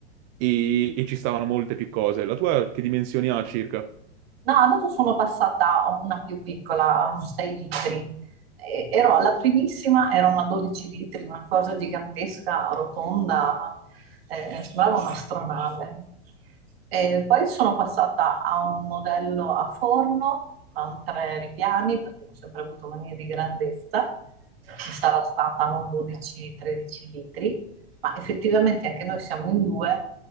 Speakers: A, on the right; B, on the right.
A: E, e ci stavano molte più cose. La tua che dimensioni ha circa?
B: No, adesso sono passata a una più piccola, un 6 litri. E- ero alla primissima, era una 12 litri, una cosa gigantesca, rotonda, eh, sembrava un'astronave. E poi sono passata a un modello a forno con tre ripiani, perché ho sempre avuto manie di grandezza, che sarà stata un 12-13 litri, ma effettivamente anche noi siamo in due